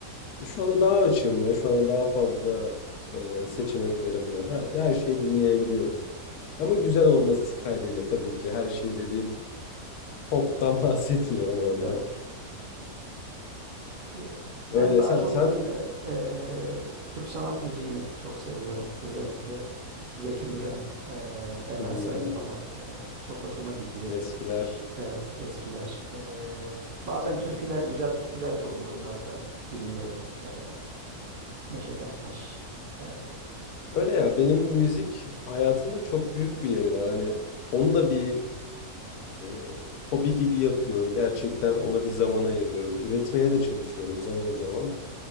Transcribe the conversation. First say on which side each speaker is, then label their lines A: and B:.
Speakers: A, on the left (about 85°); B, on the right (about 60°).
A: Şu anda daha açığım ya. Şu anda daha fazla e, seçeneklerim var. Her, her şeyi dinleyebiliyorum. Ama güzel olması kaydıyla tabii ki. Her şey dediğim pop'tan <laughs> bahsetmiyorum orada.
B: Evet. Ya,
A: Öyle
B: Ben daha
A: sen
B: çok
A: sen
B: böyle ee, Türk sanat müziğini çok seviyorum. Özellikle Zeki Müren, ee, Emel
A: hmm,
B: Sayın falan ee, çok hoşuma gidiyor.
A: eskiler.
B: Evet, eskiler. Ee, bazen türküler, güzel türküler de oluyor. Onları da dinliyorum. Ee, Neşet Ertaş. Ee,
A: Öyle ya benim müzik hayatımda çok büyük bir yeri var. Hani onu da bir e, hobi gibi yapıyorum. Gerçekten ona bir zaman ayırıyorum. Üretmeye de çalışıyorum zaman zaman.